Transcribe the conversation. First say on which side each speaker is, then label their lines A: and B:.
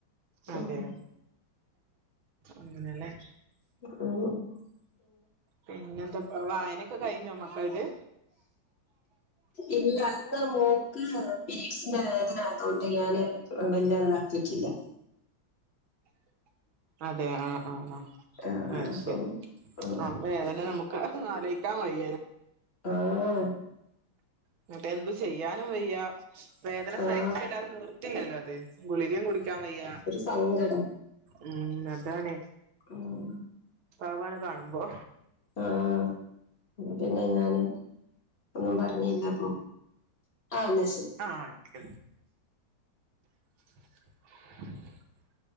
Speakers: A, on the right; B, on the left.
A: അതെ
B: ഉം
A: അങ്ങനെയല്ലേ
B: ആഹ
A: പിന്നെന്താ വായനൊക്കെ കഴിഞ്ഞോമ്മക്കള ഇത്
B: ഇല്ല അന്ന് മോക്ക് പീരീഡ്സിന്റെ വേദനായതോണ്ട് ഞാന് വല്ലാതതാക്കിട്ടില്ല
A: അതെ ആഹ ആഹ ആ്
B: ആ
A: അ
B: അപ്പം
A: ശരി
B: ആ
A: അതെതന്നെ നമുക്ക് ആലോചിക്കാൻ വയ്യ
B: ആഹ
A: എന്നട്ട എന്തു ചെയ്യാനും വയ്യാ വേദന
B: ആ
A: സഹിക്കല്ലാതെ നിർത്തില്ലല്ലോ അത് ഗുളികയും കുടിക്കാൻ വയ്യ
B: സങ്കട
A: ഉം അതാണ്
B: ഉം
A: പാവാണ് കാണുമ്പോ
B: ആഹ പിന്നെ ഞാന് ഒന്നും പറഞ്ഞില്ല ആ എന്നാ ശരി
A: ആഹക്ക <inaudible>